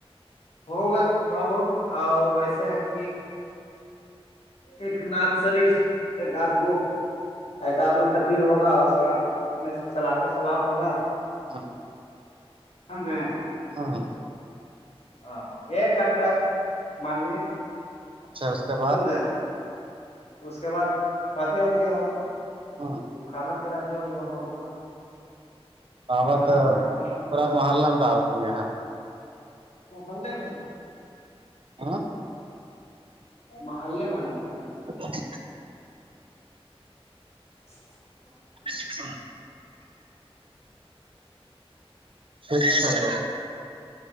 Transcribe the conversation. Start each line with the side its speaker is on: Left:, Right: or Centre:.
Left: ہوگا تھوڑا بہت ویسا ہے کہ ایک ناد شریف ایک آادگو ایک بعد وہ تقریر ہوگا اس کے بع سلا تو و سلام ہوگا
Right: ہ
Left: سگے
Right: ہاں
Left: ہاں ایک گھنٹہ ماننیے
Right: اچھا کے بعد
Left: سمجھے اس کے بعد پاتیا وتیا ہوگا
Right: ہ
Left: کھانا پیرا جو بھی ہوگا ہوگا اس
Right: آوت
Left: کے بعد اپنا اپنا
Right: پورا محلہ میں تو آتی ہے ہاں
Left: وہ بول بول
Right: ہاں
Left: محے مارنا ہے
Right: ا <unintelligible>
Left: ا <unintelligible>
Right: ا <unintelligible> خچ
Left: سمجھے
Right: سر